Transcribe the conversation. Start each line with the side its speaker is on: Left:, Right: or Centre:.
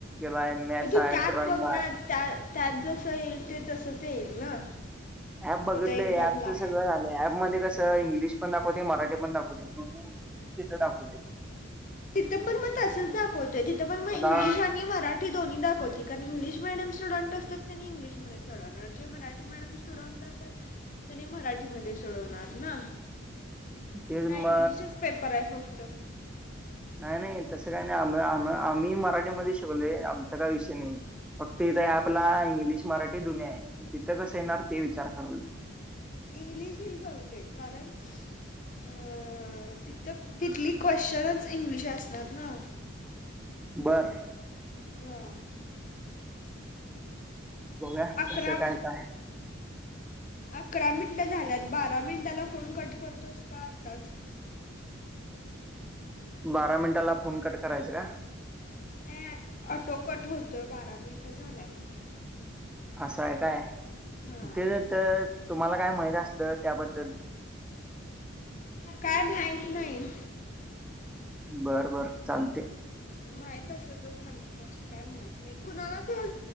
Centre: हाय, मॅथस
Left: मग तू
Centre: हाय,
Left: त्यात
Centre: ड्रॉईंग
Left: बघ
Centre: हाय.
Left: ना त्या त्यात जसं येईल ते तसंच येईल ना?
Centre: ऍप बघितलंय
Left: तिथं एक्झामला
Centre: ऍपच सगळं झालंय. ऍप मध्ये कस त इंग्लिश पण दाखवते, मराठी पण दाखवतय. म्हनून तिथं दाखवतय
Left: तिथं पण म तसच दाखवतोय. तिथं पण म
Centre: मला
Left: इंग्लिश आणि मरा ठी दोन्ही दाखवतय कारण इंग्लिश मिडीयम स्टुडंट असत्यात तेनी इंगलिशमध्ये सोडवणार, जे मराठी मडियम स्टू स्टुडंट असत्यात तेनी मराठीमध्ये सोडवणार ना?
Centre: तेच
Left: काय
Centre: म
Left: इंगलिशच पेपर हाय फक्त?
Centre: नाही नाही तसं काही नाही. आम-आम-आम आम्ही मराठीमध्ये शिकलोय. आमचा काय विषय नाही. फक्त इथ ॲप ला इंग्लिश मराठी दोन्ही आहे. तिथं कसं येणार? ते विचार करालोय.
Left: इंग्लिशील ईल बहुतेक कारण अ तीत तिथल क्वेशनच इंग्लिश असणार ना?
Centre: बर.
Left: हा.
Centre: बघूया
Left: अकरा
Centre: कसं काय काय
Left: अकरा मिनिटं झाल्यात. बारा मिनटाला फोन कट करतोस का आत्ताच?
Centre: बारा मिनटाला फोन कट करायचं काय?
Left: नाही <unintelligible> ऑटो कट होतोय बारा मिनटं झाल्यावर.
Centre: असं आहे काय?
Left: हां
Centre: ते तर तुम्हाला काय माहित असल त्याबद्दल
Left: काय माहीत नाइ.
Centre: बर बर चालतय.
Left: माहित असलं तर सांगितलो असतो. काय माहीत नाही कुणाला तर